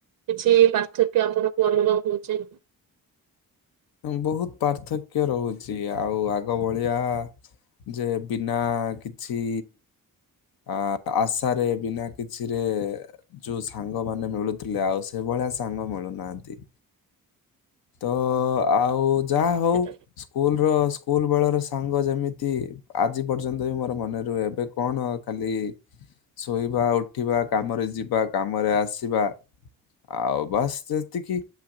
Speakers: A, on the right; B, on the left.
A: କିଛି ପାର୍ଥକ୍ୟ ଆପଣଙ୍କୁ ଅନୁଭବ ହଉଛି।
B: ବହୁତ ପାର୍ଥକ୍ୟ ରହୁଛି ଆଉ ଆଗ ଭଳିଆ ଯେ ବିନା କିଛି ଆ ଆଶାରେ ବିନା କିଛିରେ ଯୋଉ ସାଙ୍ଗମାନେ ମିଳୁଥିଲେ ଆଉ ସେଭଳିଆ ସାଙ୍ଗ ମିଳୁନାହାନ୍ତି। ତ ଆଉ ଯାହା ହଉ
A: ସେଟା
B: ସ୍କୁଲର ସ୍କୁଲ ବେଳର ସାଙ୍ଗ ଯେମିତି ଆଜି ପର୍ଯ୍ୟନ୍ତ ବି ମୋର ମନେ ରୁହେ ଏବେ କଣ ଖାଲି ଶୋଇବା ଉଠିବା କାମରେ ଯିବା କାମରେ ଆସିବା। ଆଉ ବାସ୍ ସେତିକି